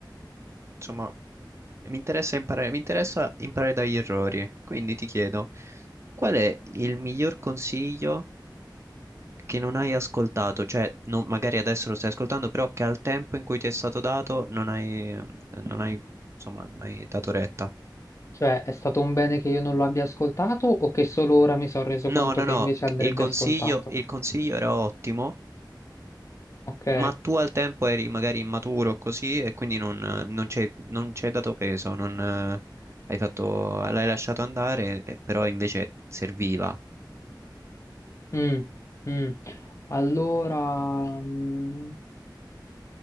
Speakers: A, on the right; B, on the left.
A: insomma, mi interessa imparare, mi interessa imparare dagli errori. Quindi ti chiedo, qual è il miglior consiglio? che non hai ascoltato, cioè non- magari adesso lo stai ascoltando, però che al tempo in cui ti è stato dato non hai, non hai, insomma, non hai dato retta.
B: Cioè, è stato un bene che io non lo abbia ascoltato o che solo ora mi sono reso
A: No,
B: conto
A: no,
B: che
A: no,
B: invece andrebbe
A: il consiglio,
B: ascoltato?
A: il consiglio era ottimo,
B: Ok?
A: ma tu al tempo eri magari immaturo così e quindi non, non ci hai non ci hai dato peso, non, eh, hai fatto, l'hai lasciato andare, eh, però invece serviva.
B: Mm, mm. Allora, mm,